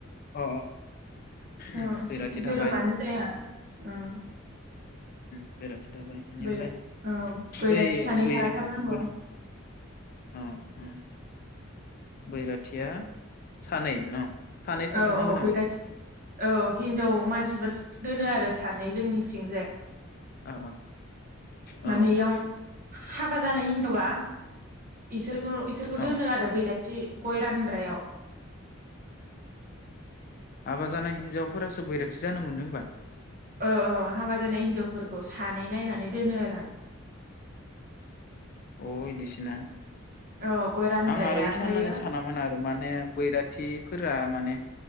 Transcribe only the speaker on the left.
अ
उम बैराथि
थाबाय
बेेराथि दाबाय होयनायनिफ्राय
बै
बैरा
बो अ अ बैराथिया सानै न सानै थाथारनांगौ
नामा
औ औ
ओ
ओ
अ
औ
हाबा जानाय हिन्जावफोरासो बैराथि जानो मोनो होमबा
अ इदिसोना
आं आरो इसा
होननानै सानामोन आरो माने बैराथिफोरा माने